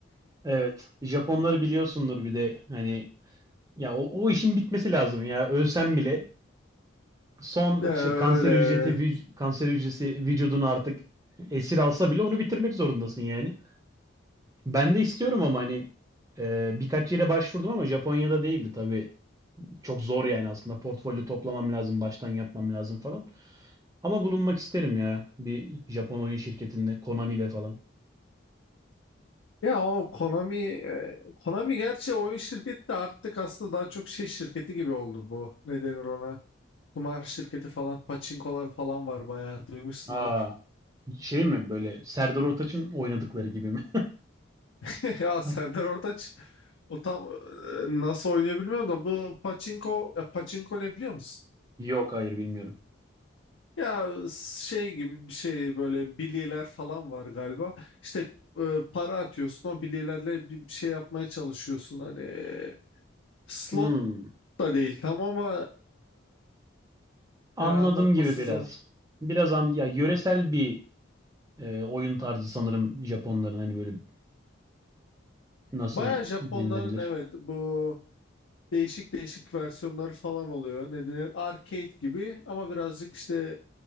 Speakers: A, on the right (about 15°); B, on the left (about 75°).
A: Evet. Japonları biliyorsundur bir de hani ya o, o işin bitmesi lazım ya. Ölsem bile son
B: Ee, öyle.
A: işte kanser hücreti vü- kanser hücresi vücudunu artık esir alsa bile onu bitirmek zorundasın yani. Ben de istiyorum ama hani e, birkaç yere başvurdum ama Japonya'da değildi tabii. Çok zor yani aslında. Portfolyo toplamam lazım, baştan yapmam lazım falan. Ama bulunmak isterim ya bir Japon oyun şirketinde, Konami'de falan.
B: Ya o Konami, e, Konami gerçi oyun şirketi de artık aslında daha çok şey şirketi gibi oldu bu. Ne denir ona? kumar şirketi falan, paçinkolar falan var bayağı duymuşsundur.
A: Aa, şey mi böyle Serdar Ortaç'ın oynadıkları gibi mi?
B: <laughs> Ya
A: <laughs>
B: Serdar Ortaç o tam e, nasıl oynuyor bilmiyorum da bu paçinko, e, paçinko ne biliyor musun?
A: Yok hayır bilmiyorum.
B: Ya şey gibi bir şey böyle bilyeler falan var galiba. İşte e, para atıyorsun o bilyelerle bir, bir şey yapmaya çalışıyorsun. Hani e, slot
A: Hmm,
B: da değil tam ama
A: anladım
B: e, yani anlatması
A: gibi biraz.
B: zor.
A: Biraz an, ya yöresel bir e, oyun tarzı sanırım Japonların hani böyle nasıl
B: Baya Japonların
A: denilebilir?
B: evet bu değişik değişik versiyonları falan oluyor. Ne denir? Arcade gibi ama birazcık işte